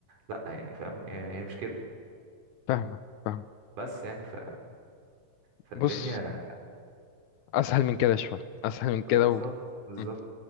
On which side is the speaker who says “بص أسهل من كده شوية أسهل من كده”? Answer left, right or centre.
Left